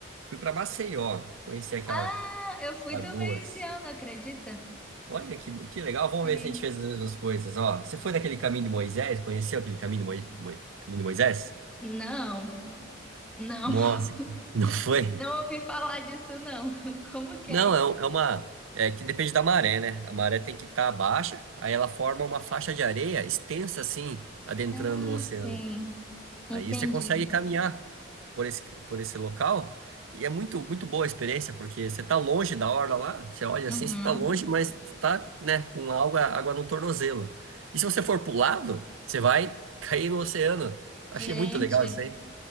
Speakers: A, on the right (about 75°); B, in the centre.
A: Fui pra Maceió, conheci aquela
B: Ah, eu fui
A: Lagoas.
B: também esse ano, acredita?
A: Olha que, que legal, vamos
B: Sim.
A: ver se a gente fez as mesmas coisas, ó. Você foi naquele caminho de Moisés? Conheceu aquele caminho de, Moi- Moi- caminho de Moisés?
B: Não, não,
A: Nossa,
B: <laughs>
A: <laughs> não foi?
B: não ouvi falar disso, não. <laughs> Como que
A: Não,
B: é isso?
A: é, um- é uma... É que depende da maré, né? A maré tem que estar baixa, aí ela forma uma faixa de areia extensa assim, adentrando
B: Ah,
A: o oceano.
B: sim,
A: Aí
B: entendi.
A: você consegue caminhar por esse, por esse local e é muito, muito boa a experiência, porque você tá longe da orla lá, você olha
B: Uhum.
A: assim, você tá longe, mas tá, né, com água, água no tornozelo. E se você for pro lado, você vai cair no oceano. Achei
B: Gente.
A: muito legal isso aí.